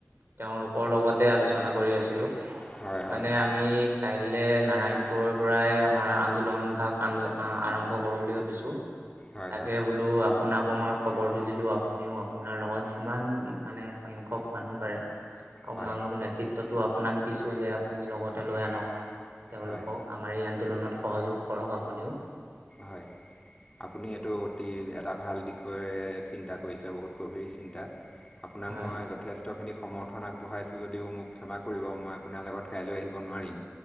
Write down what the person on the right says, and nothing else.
তেওঁলোকৰ লগতে আলোচনা কৰি আছিলো
মানে
আমি। কাইলে নাৰায়ণপুৰৰ পৰাই আমাৰ আন্দোলন ভাগ আ আৰম্ভ কৰো বুলি ভাবিছো?
তাকে
বোলো আপোনাক? আক মই খবৰ দি দিলো আপুনিও আপোনাৰ লগত যিমান মানে সংখ্যক মানুহ পাৰে। আপোনালোক
নেতৃত্বটো আপোনাক দিছো যে আপুনি লগতে লৈ আনক। তেওঁলোকক
আমাৰ এই আন্দোলনত সহযোগ কৰক আপুনিও।
হয়